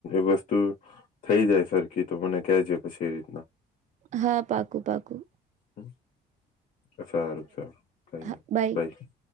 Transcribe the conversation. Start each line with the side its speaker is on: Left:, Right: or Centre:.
Left: વ તું થઈ જાય સરખી તો મને ક છે પછી એ રીતના
Right: હા પાકું પાકું
Left: હમ સારું સારું કઈ
Right: હા
Left: નહી
Right: બાય
Left: ભાઈ